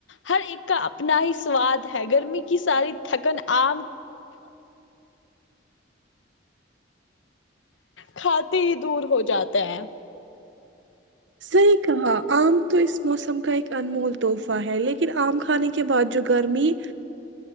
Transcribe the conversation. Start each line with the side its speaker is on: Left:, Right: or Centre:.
Left: ہر ایک کا اپنا ہی سواد ہے گرمی کی ساری تھکن آم کھاتے ہی دور ہو جاتا ہیں
Right: صحیح کہاں آم تو اس موسم کا ایک انمول تحفہ ہے لیکن آم کھانے کے بعد جو گرمی